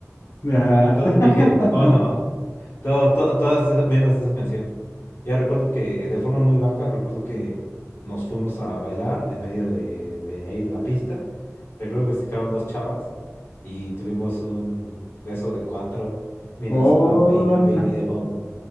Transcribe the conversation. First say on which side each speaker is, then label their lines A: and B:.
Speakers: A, on the left; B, on the left.
A: Ajá.
B: Entonces
A: <laughs>
B: dije, oh no, todo, todo- todas esas- menos esa canción. Ya recuerdo que de forma muy baja, recuerdo que nos fuimos a bailar en medio de, de ahí de la pista. Recuerdo que se quedaron dos chavas y tuvimos un beso de cuatro mientras
A: Oh.
B: sonaba Baby Baby de fondo.